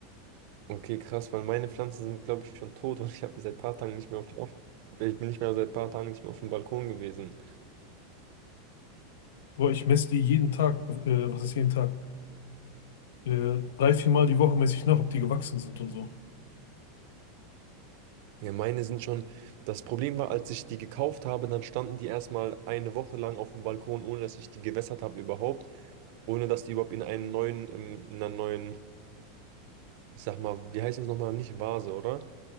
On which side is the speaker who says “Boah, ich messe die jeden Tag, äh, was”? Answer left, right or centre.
Left